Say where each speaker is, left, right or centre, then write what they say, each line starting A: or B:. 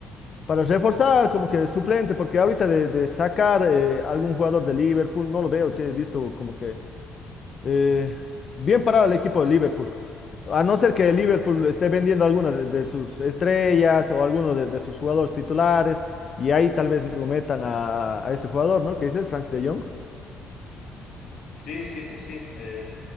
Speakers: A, on the left; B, on the left.
A: para reforzar, como que de suplente, porque ahorita de, de sacar eh, algún jugador de Liverpool, no lo veo, che, he visto como que Eh, bien parado el equipo de Liverpool. A no ser que Liverpool esté vendiendo algunas de, de sus estrellas o algunos de, de sus jugadores titulares, y ahí tal vez lo metan a, a este jugador, ¿no? Que dices, Frank de Jong.
B: sí, sí, sí, sí, eh,